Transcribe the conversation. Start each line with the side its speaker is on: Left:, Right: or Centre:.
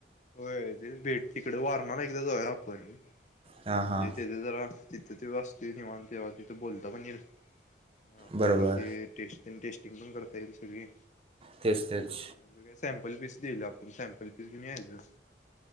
Left: हो ते भेट तिकडे वारणार एकदा जावूया आपण
Right: हां
Left: म्हणजे
Right: हां
Left: तिथं जरा तिथं तेव असतील कव्हा तेव्हा तिथं बोलता पण येईल. ह आपल्याला
Right: बरोबर
Left: तेे टेस्टिंग पण करता येईल सगळी.
Right: तेच तेच.
Left: आणि जो काय सॅम्पल पीस दिईल आप सॅम्पल पीस घेऊन याचयं.